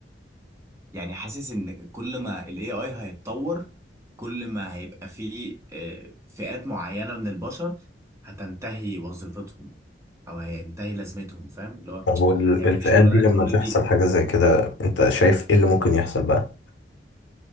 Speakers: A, on the right (about 15°); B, on the left (about 80°).
A: يعني حاسس ان كل ما الاي اي هيتطور كل ما هيبقى فيه آه، فئات معينه من البشر هتنتهي وظيفتهم او هينتهي لازمتهم فاهم اللي هو
B: طب والالتقاءات
A: هيبقى في شغلانات
B: دي لما
A: اوريدي
B: تحصل حاجة زي كده انت شايف ايه اللي ممكن يحصل بقى